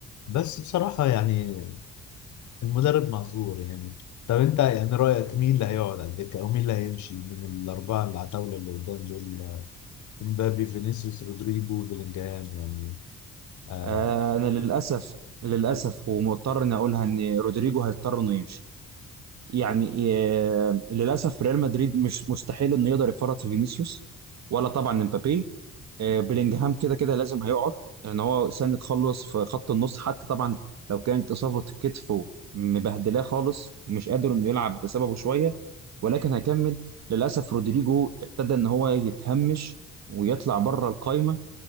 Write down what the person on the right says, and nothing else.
آه، انا للاسف للاسف ومضطر اني اقولها ان رودريجو هيضطر انه يمشي يعني آه، للاسف ريال مدريد مش مستحيل انه يقدر يفرط في فينيسيوس ولا طبعا امبابي آه، بلينجهام كده كده لازم هيقعد لان هو سنة خلص في خط النص حتى طبعا لو كانت اصابة كتفه مبهدلاه خالص ومش قادر انه يلعب بسببه شوية ولكن هيكمل للاسف رودريجو ابتدى ان هو يتهمش ويطلع بره القايمة